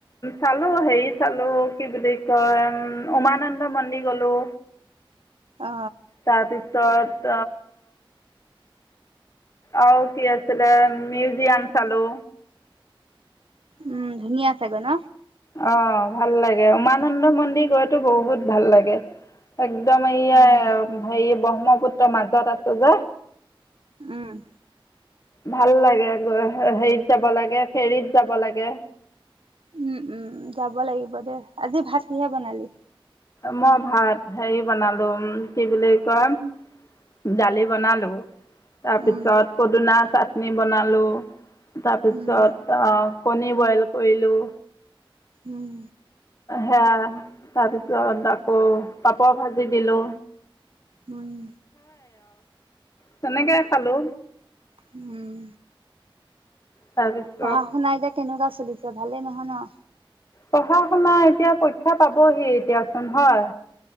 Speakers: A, on the left; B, on the right.
A: চালো হেৰি চালো কি বুলি কয় উ উমানন্দ মন্দিৰ গলো
B: অ
A: তপ তছত আৰু কি আছিলে মিউজিয়াম চালোঁ
B: উম ধুনীয়া চাগৈ ন
A: অ ভাল লাগে উমানন্দ মন্দিৰ গৈতো বহুত ভাল লাগে একদমে ভ
B: উম
A: ব্ৰহ্মপুত্ৰ মাজত আছো যে
B: উম
A: ভাল লাগে গ হেৰিত যাব লাগে ফেৰীত যাব লাগে
B: উম উম যাব লাগিব দে আজি ভাত কিহে বনালি
A: মই ভাত হেৰি বনালোঁ কি বুলি কয় দালি বনালোঁ তাৰপিছত
B: উম
A: পদুনা চ চাটনি বনালোঁ তাৰপিছত
B: উম
A: কণী বইল কৰিলোঁ
B: উম
A: সে তাৰপিছত আকৌ পাপৰ ভাজি দিলো
B: উম
A: তেনেকে খালো
B: উম
A: তাৰপিছত
B: পঢ়া শুনা এতিয়া কেনেকুৱা চলিছে ভালেই নহয় ন
A: পঢ়া শুনা এতিয়া পৰীক্ষা পাবহি এতিয়াচোন হয়